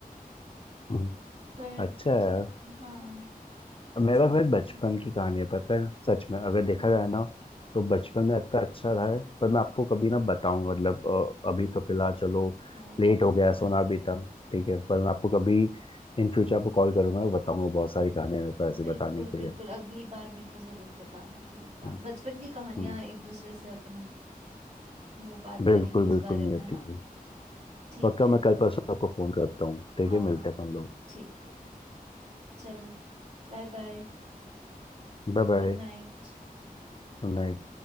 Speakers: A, on the left (about 35°); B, on the right (about 45°).
A: हम्म,
B: पर
A: अच्छा
B: ठीक
A: है
B: हाँ अच्छा
A: मेरा
B: लगा
A: भाई बचपन
B: था
A: की कहानी है पता है सच में अगर
B: हम्म
A: देखा जाए ना तो बचपन में इतना अच्छा रहा है पर मैं आपको कभी ना बताऊंगा मतलब अ, अभी तो फिलहाल चलो
B: हाँ
A: लेट हो गया है, सोना भी था ठीक है पर मैं आपको कभी इन फ्यूचर आपको कॉल करूंगा बताऊंगा बहुत सारी कहानियां मेरे पास ऐसी
B: बिल्कुल
A: बताने के
B: बिल्कुल
A: लिए
B: अगली बार मेरे को जरूर बताना तेरी का
A: हम्म,
B: बचपन की कहानियां
A: हम्म,
B: एक दूसरे से अपन वो बात करेंगे
A: बिल्कुल
B: उस
A: बिल्कुल
B: बारे
A: नहीं
B: में
A: आती
B: है ना ठीक
A: पक्का
B: है
A: मैं कल परसों आपको फोन करता हूँ ठीक
B: हाँ
A: है मिलते
B: हाँ
A: हैं अपन लोग
B: ठीक है चल Bye bye
A: Bye
B: Good night
A: bye